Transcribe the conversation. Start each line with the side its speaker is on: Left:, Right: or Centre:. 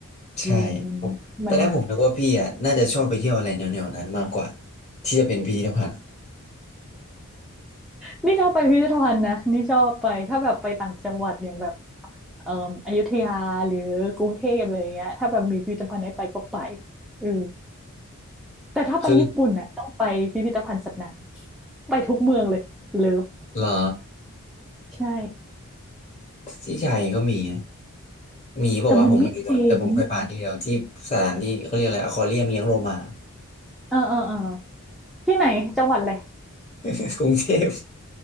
Centre: เออ
Left: ใช่ผมตอนแรกผมนึกว่าพี่อ่ะน่าจะชอบไปเที่ยวอะไรแนวๆนั้นมากกว่า
Centre: มันมัน
Left: ที่จะเป็นพิพิธภัณฑ์
Centre: นนี่ชอบไปพิพิธภัณฑ์นะนี่ชอบไปถ้าแบบไปต่างจังหวัดอย่างแบบเอ่ออยุธยาหรือกรุงเทพอะไรอย่างเงี้ยถ้าแบบมีพิพิธภัณฑ์ให้ไปก็ไปเออ แต่ถ้าไปญี่ปุ่นน่ะต้องไปพิพิธภัณฑ์สัตว์น้ำไปทุกเมืองเลยเลิฟ
Left: <laughs> คือเหรอ
Centre: ใช่
Left: ที่ไทยก็มีนะมีบอกว่าวะผมไม่รู้อะแต่ผมเคยผ่านที่เดียวที่สถานที่เขาเรียกอะไรอควาเรียมเลี้ยงโลมา
Centre: แต่มันไม่จริงเออเออเออที่ไหนจังหวัดเลย
Left: <laughs> กรุงเทพ